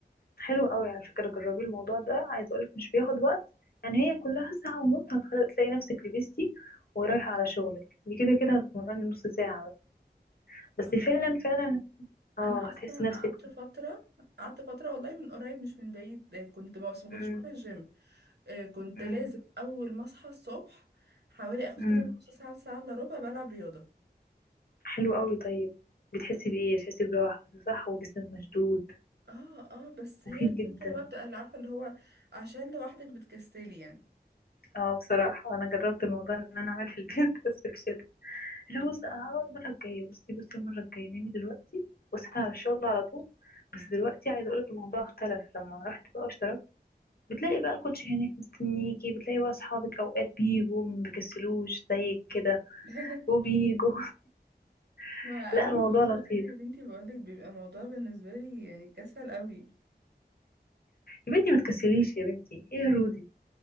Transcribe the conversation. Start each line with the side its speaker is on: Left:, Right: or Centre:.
Left: حلو قوي على فكرة جربي الموضوع ده عايز اقولك مش بياخد وقت يعني هي كلها ساعة ونص هتخلي تلاقي نفسك لبستي ورايحة على شغلك دي كده كده هتمرني نص ساعة بس بس
Right: هجرب
Left: فعلا فعلا اه
Right: انا اصلا
Left: هتحسي نفسك
Right: قعدت فتره قعدت فتره والله من قريب مش من بعيد آه، كنت ما بس ما كنتش
Left: مم.
Right: بروح الجيم آه، كنت
Left: مم.
Right: لازم اول ما اصحى الصبح حوالي اخد
Left: مم.
Right: كده من نص ساعه لساعه الا ربع بلعب رياضه
Left: حلو قوي طيب بتحسي
Right: كان
Left: بإيه بتحسي براحة كده صح وجسمك مشدود
Right: اه اه بس
Left: مفيد
Right: هي الفكره
Left: جدا
Right: بقى بتبقى اللي عارفه اللي هو عشان لوحدك بتكسلي يعني
Left: اه بصراحة انا جربت الموضوع ان انا اعمل في البيت <laughs> بس فشلت لا بص هقعد المرة الجاية بصي بصي المرة الجاية نامي دلوقتي واصحي على الشغل على طول بس دلوقتي عايزة اقولك الموضوع اختلف لما رحت بقى واشتركت بتلاقي بقى الكوتش هناك مستنيكي بتلاقي بقى اصحابك اوقات بيجوا ما بيكسلوش زيك كده
Right: <laughs>
Left: وبيجوا <laughs>
Right: ما اعمل
Left: لا الموضوع
Right: ايه والله
Left: لطيف
Right: يا بنتي بقولك بيبقى الموضوع بالنسبه لي يعني كسل قوي
Left: يا بنتي ما تكسليش يا بنتي ايه يا رودي